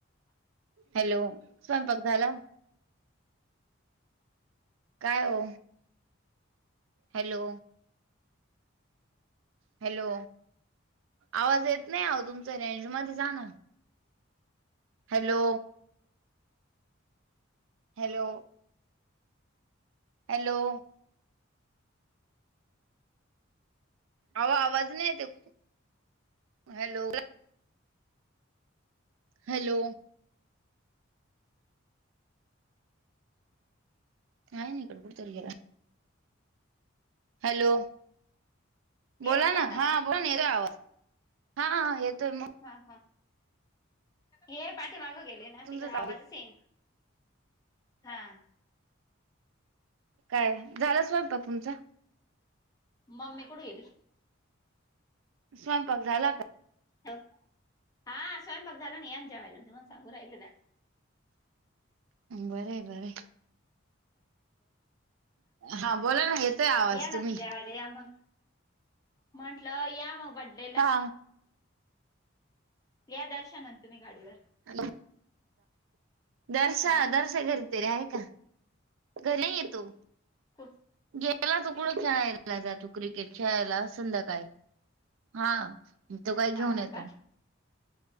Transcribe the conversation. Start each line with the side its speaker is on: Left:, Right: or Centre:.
Right: हॅलो स्वयंपाक झाला कायो हॅलो हॅलो आवाज येत नाही ह तुमच रेंज म जाण हॅलो हॅलो हॅलो आवा आवाज नाही य ते हॅलो हॅलो हायन इकडे कुतरेला हॅलो
Left: येतो
Right: बोला
Left: का
Right: ना
Left: आता
Right: हा
Left: आवाज
Right: बो ना आवाज हा येत मग
Left: हा हा हे पाठीमागं गेले ना
Right: तुमचाच
Left: तिकड
Right: आवाज
Left: आवाजच ये ना हा
Right: काय झालं स्वयपा तुमचं
Left: मम्मी कुड गेलीस
Right: स्वयंपाक झाला का
Left: हो हा स्वयंपाक झाला ना येन जेवायला तु सांगूरल द
Right: बर आहे बर हा बोला ना येतोय आवाज
Left: या ना
Right: तुम्ही
Left: जेवायला या मग म्हंटलं या मग बड्डे ला
Right: हा
Left: या दर्शनन तुम्ही गाडीवर
Right: हॅ दर्शा
Left: आ
Right: दर्शा घरी त रेय का घरी येतो
Left: कोण
Right: त्याला चुकड खेळाला जातो क्रिकेट खेळायला संध्याकाळी हा तो काही घेऊन
Left: हा
Right: येतो
Left: का